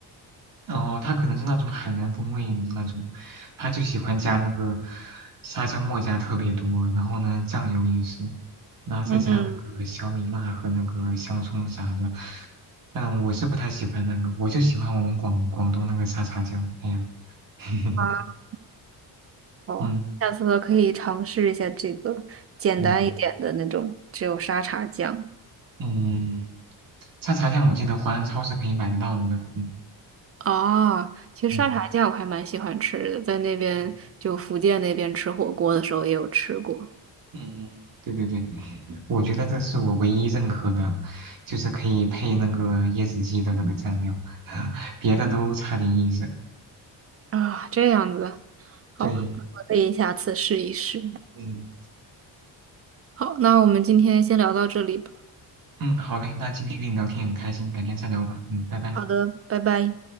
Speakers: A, on the right; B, on the right.
A: 哦，他可能是那种海南风味的那种，他就喜欢加那个沙姜末加特别多，然后呢酱油也是，然后再加那个小米辣和那个香葱啥的。
B: 嗯。
A: 但我是不太喜欢那个，我就喜欢我们广广东那个沙茶酱。<laughs> 哎呀，<laughs>
B: 啊。哦，
A: 嗯
B: 下次可以尝试一下这个简单一点的那种，
A: 嗯
B: 只有沙茶酱。
A: 嗯，沙茶酱我记得淮安超市可以买得到的。嗯
B: 啊，其实沙茶酱我还蛮喜欢吃的，
A: 嗯。
B: 在那边就福建那边吃火锅的时候也有吃过。
A: 嗯嗯，对对对，我觉得这是我唯一认可的，就是可以配那个椰子鸡的那个蘸料，<laughs> 别的都差点意思。
B: 啊，这样子，好，
A: 对，
B: 那我可以下次试一试。
A: 嗯
B: 好，那我们今天先聊到这里吧。
A: 嗯，好嘞，那今天跟你聊天很开心，改天再聊吧。嗯，拜拜。
B: 好的，拜拜。